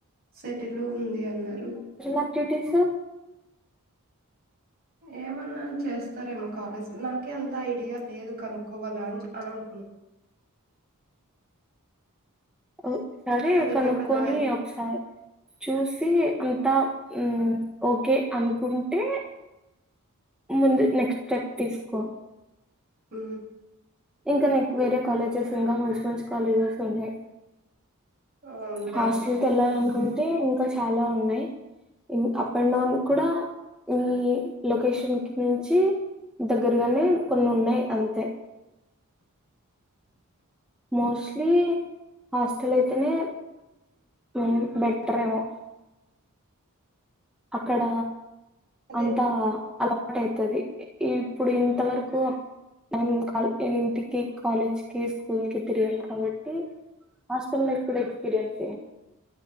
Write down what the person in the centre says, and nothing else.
యాక్టివిటీస్
అవ్ సరే
కనుక్కక్కొని
ఒకసారి చూసి అంతా ఊ ఓకే అనుకుంటే ముందు నెక్స్ట్ స్టెప్ తీసుకో
ఇంకా నెక్ వేరే కాలేజెస్ ఇంకా మంచి మంచి కాలేజెస్ ఉన్నాయ్
హాస్టెల్కెల్లాలకున్ టే ఇంకా చాలా ఉన్నాయి. ఇన్ అప్ అండ్ డౌన్ కూడా ఈ లొకేషన్ కి నుంచి దగ్గరగానే కొన్ని ఉన్నాయి అంతే మోస్ట్లీ హాస్టలైతేనే హ్మ్ బెట్రేమో అక్కడ
అంతా అ ర్టైతది ఇ ఇప్పుడు ఇంతవరకు మనం కల్ ఇంటికి కాలేజ్కి స్కూల్కి తిరిగాం కాబట్టి. హాస్టల్లో ఎప్పుడు ఎక్స్పీరియన్స్ ఏ